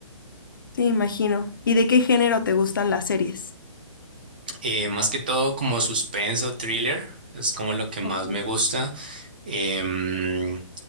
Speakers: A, on the left; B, on the right.
A: Sí, imagino. ¿Y de qué género te gustan las series?
B: Eh, más que todo como suspenso, thriller, es como lo que más
A: Ok.
B: me gusta. Em,